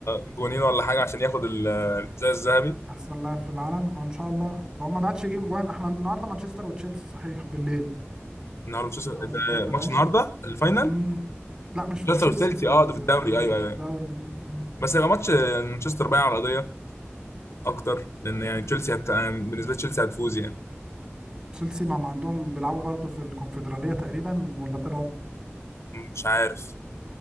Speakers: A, on the left (about 75°); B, on the right (about 25°).
A: جونين ولا حاجه عشان ياخد ال- الزي الذهبي
B: احسن لاعب في العالم ان شاء الله هو ما بعدش يجيب جوان احنا النهارده مانشستر وتشيلسي صحيح بالليل
A: النهارده مانشستر
B: اه
A: ده
B: نصلي
A: ماتش
B: العشاء
A: النهارده الفاينل
B: مم. لا مش في
A: تشيلسي
B: تشيلسي
A: وتشيلسي
B: في ال-
A: اه ده في الدوري
B: مم،
A: ايوه
B: في
A: ايوه
B: الدوري
A: أيوة.
B: مم، مم.
A: بس هيبقى ماتش مانشستر بقى على القضيه اكتر لان يعني تشيلسي هت... بالنسبه لتشيلسي هتفوز يعني
B: تشيلسي ما ما عندهم بيلعبوا برضه في الكونفدرالية تقريبا ولا طلعوا
A: مش عارف